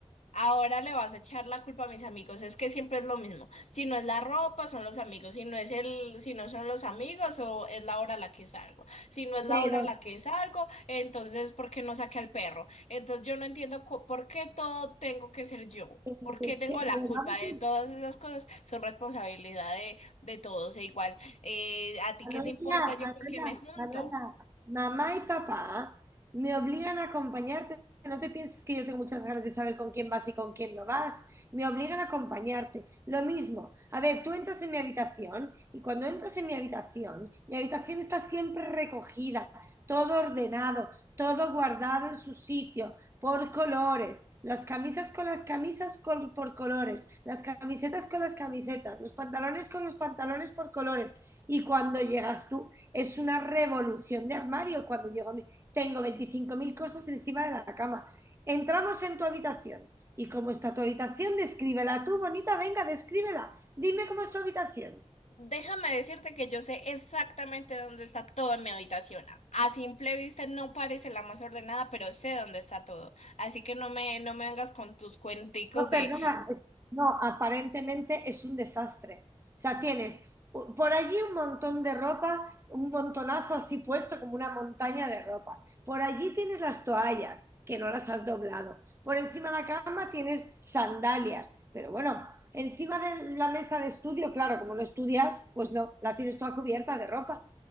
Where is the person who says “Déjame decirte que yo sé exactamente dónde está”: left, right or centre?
Left